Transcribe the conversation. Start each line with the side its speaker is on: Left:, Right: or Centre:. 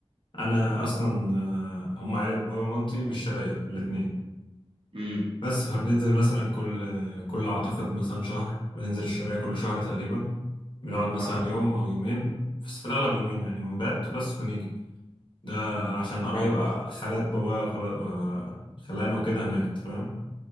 Left: انا اصلا آه، هم عيلة بابا ومامتي مش شرقية الاتنين
Right: امم
Left: بس فبننزل مثلا كل كل اعتقد مثلا شهر بننزل الشرقية كل شهر تقريبا بنقعد مثلا
Right: اه
Left: يوم او يومين بس في الاغلب يومين يعني ونبات بس ونيجي ده
Right: اه
Left: عشان
Right: طب
Left: قرايب
Right: حلو
Left: آه،
Right: ده
Left: خالات بابا وخالات آه، خلانه وكده هناك انت فاهم